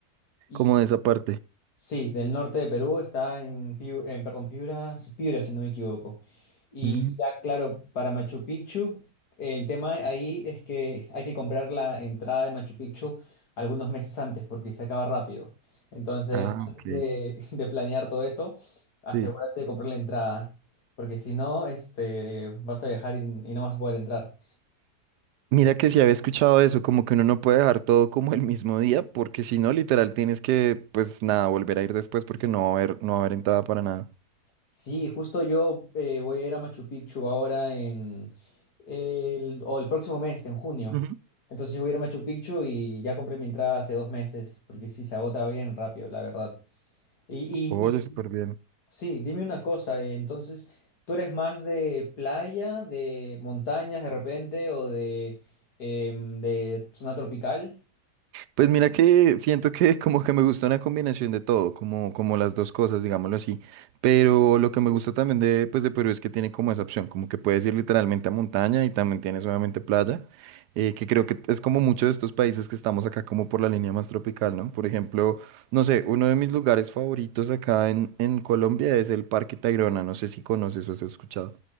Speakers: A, on the left; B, on the right.
A: y,
B: Como de esa parte.
A: Sí, del norte de Perú está en Piura, en, perdón, Piura, sí, Piura, si no me equivoco. Y
B: Mm.
A: ya, claro, para Machu Picchu, el tema ahí es que hay que comprar la entrada de Machu Picchu algunos meses antes porque se acaba rápido. Entonces,
B: Ah,
A: antes
B: ok.
A: de, <laughs> de planear todo eso, asegúrate
B: Sí.
A: de comprar la entrada, porque si no, este, vas a viajar y, y no vas a poder entrar.
B: Mira que si había escuchado eso, como que uno no puede dejar todo como el mismo día, porque si no, literal, tienes que, pues nada, volver a ir después porque no va a haber, no va a haber entrada para nada.
A: Sí, justo yo eh, voy a ir a Machu Picchu ahora en el, o el próximo mes, en junio.
B: Ujú.
A: Entonces yo voy a ir a Machu Picchu y ya compré mi entrada hace dos meses, porque sí, se agota bien rápido, la verdad. Y, y,
B: Oye,
A: y
B: súper bien.
A: sí, dime una cosa, eh, entonces, ¿tú eres más de playa, de montañas de repente o de, em, de zona tropical?
B: Pues mira que siento que <laughs> como que me gusta una combinación de todo, como, como las dos cosas, digámoslo así. Pero lo que me gusta también de, pues de Perú es que tiene como esa opción, como que puedes ir literalmente a montaña y también tienes obviamente playa, eh, que creo que es como muchos de estos países que estamos acá como por la línea más tropical, ¿no? Por ejemplo, no sé, uno de mis lugares favoritos acá en, en Colombia es el Parque Tayrona, no sé si conoces o has escuchado.